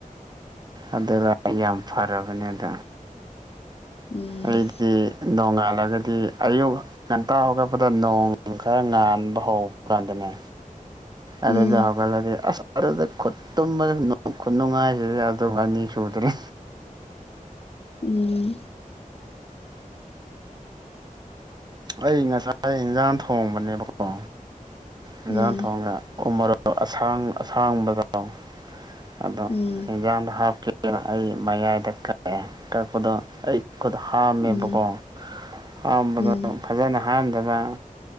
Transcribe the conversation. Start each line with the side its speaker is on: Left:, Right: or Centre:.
Right: ꯑꯗꯨꯗ ꯌꯥꯝ ꯐꯔꯕꯅꯦ ꯑꯗ
Left: ꯎꯝ
Right: ꯑꯩꯗꯤ ꯅꯣꯡꯉꯥꯜꯂꯒꯗꯤ ꯑꯌꯨꯛ ꯉꯟꯇꯥ ꯍꯧꯒꯠꯄꯗ ꯅꯣꯡ ꯈꯔ ꯉꯥꯟꯕ ꯍꯧꯕ ꯀꯥꯟꯗꯅꯦ
Left: <unintelligible> ꯎꯝ
Right: ꯑꯔꯦꯗ ꯍꯧꯒꯂꯔꯦ ꯑ ꯑꯗꯨꯗ ꯈꯨꯠꯇꯨꯝꯕꯗ ꯈꯨꯅꯨꯡꯉꯥꯏꯁꯤꯗ ꯑꯗꯨꯒ ꯑꯅꯤ ꯁꯨꯗ꯭ꯔꯦ
Left: ꯎꯝ
Right: ꯑꯩ ꯉꯁꯥꯏ ꯏꯟꯖꯥꯡ ꯊꯣꯡꯕꯅꯦꯕꯀꯣ ꯏꯟꯖꯥꯡ
Left: ꯎꯝ
Right: ꯊꯣꯡꯉ ꯎꯃ ꯑꯁꯥꯡꯕꯗꯣ ꯑꯗꯣ
Left: ꯎꯝ
Right: ꯍꯤꯡꯀꯥꯟꯗ ꯍꯥꯞꯀ ꯑꯩ ꯃꯌꯥꯏꯗ ꯀꯛꯑꯦ ꯀꯛꯄꯗꯣ ꯑꯩ ꯈꯨꯠ ꯍꯥꯝꯃꯦꯕꯀꯣ
Left: ꯎꯝ
Right: ꯍꯥꯝꯕꯗꯣ
Left: ꯎꯝ
Right: ꯐꯖꯅ ꯍꯥꯝꯗꯅ